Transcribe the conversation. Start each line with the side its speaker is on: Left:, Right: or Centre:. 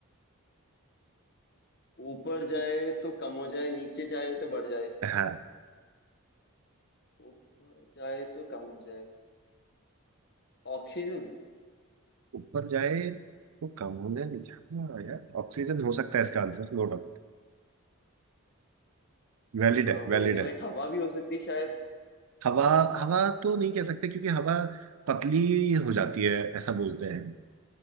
Left: ऊपर जाए तो कम हो जाए नीचे जाए तो बढ़ जाए
Right: हाँ
Left: ऊपर जाए तो कम हो जाए ऑक्सीजन
Right: ऊपर जाए तो कम हो जाए नीचे हाँ यार ऑक्सीजन हो सकता है इसका आंसर नो डाउट वैलिड
Left: हाँ
Right: है वैलिड
Left: वही ना
Right: है
Left: लाइक हवा भी हो सकती है शायद
Right: हवा हवा तो नहीं कह सकते क्योंकि हवा पतली हो जाती है ऐसा बोलते हैं